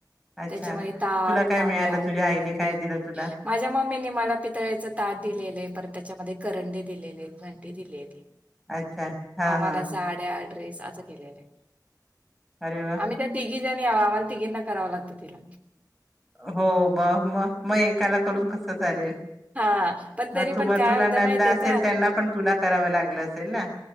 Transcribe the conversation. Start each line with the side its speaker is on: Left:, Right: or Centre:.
Centre: अच्छा
Right: त्याच्यामध्ये ताट,
Centre: तुला काय
Right: तांब्या,
Centre: मिळालं तुझ्या आईने
Right: करंडे
Centre: काय दिलं तुला
Right: माझ्या मम्मीने मला पितळ्याच ताट दिलेलं आहे बरं त्याच्यामध्ये करंडे दिलेले, घंटी दिलेली
Centre: अच्छा हा
Right: आम्हाला
Centre: हा.
Right: साड्या, ड्रेस अस केलेलंय.
Centre: अरे वा
Right: आम्ही तर तिघी जणी आम्हाला तिघींना कराव लागत तिला
Centre: हो बघ म मग एकाला करून कस चालेल
Right: हा पण
Centre: म
Right: तरी पण काय
Centre: तुला
Right: होतं
Centre: नंदा
Right: माहितीये
Centre: असेल
Right: का
Centre: त्यांना पण तुला करावं लागलं असेल ना?